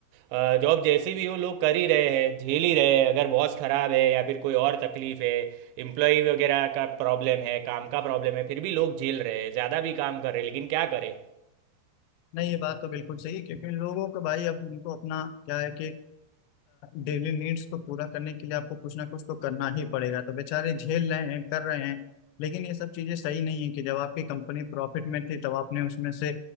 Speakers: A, on the right (about 85°); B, on the left (about 80°).
A: अ, जॉब जैसी भी हो लोग कर ही रहे हैं झेल ही रहे हैं अगर बॉस खराब है या फिर कोई और तकलीफ है एम्प्लॉय वगैरह का प्रॉब्लम है काम का प्रॉब्लम है फिर भी लोग झेल रहे हैं ज़्यादा भी काम कर रहे हैं लेकिन क्या करें
B: नहीं ये बात तो बिल्कुल सही है क्योंकि लोगों को भाई अब उनको अपना क्या है कि डेली नीड्स को पूरा करने के लिए आपको कुछ ना कुछ तो करना ही पड़ेगा तो बेचारे झेल रहे हैं कर रहे हैं लेकिन ये सब चीजें सही नहीं है कि जब आपकी कंपनी प्रॉफिट में थी तब आपने उसमें से